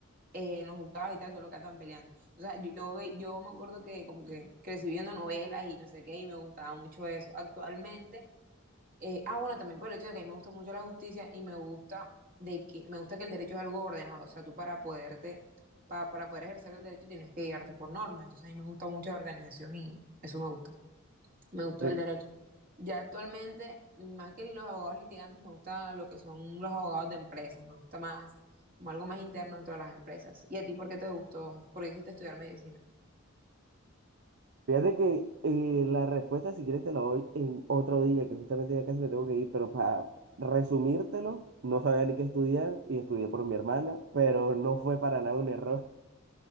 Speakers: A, on the right (about 45°); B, on the right (about 60°).
A: eh, en los juzgados y tal, son los que andan peleando. O sea, yo, ve- yo me acuerdo que como que crecí viendo novelas y no sé qué, y me gustaba mucho eso. Actualmente eh, ah, bueno, también por el hecho de que a mí me gusta mucho la justicia y me gusta de que me gusta que el derecho es algo ordenado, o sea, tú para poderte pa- para poder ejercer el derecho tienes que guiarte por normas, entonces a mí me gusta mucho la organización y eso me gusta. Me gustó
B: Eh,
A: el derecho. Ya actualmente, más que los abogados litigantes, me gusta lo que son los abogados de empresas, me gusta más como algo más interno dentro de las empresas. ¿Y a ti por qué te gustó? ¿Por qué hiciste estudiar medicina?
B: Fíjate que eh, la respuesta, si quieres, te la doy en otro día, que justamente ya casi me tengo que ir, pero para resumírtelo, no sabía ni qué estudiar y estudié por mi hermana, pero no fue para nada un error.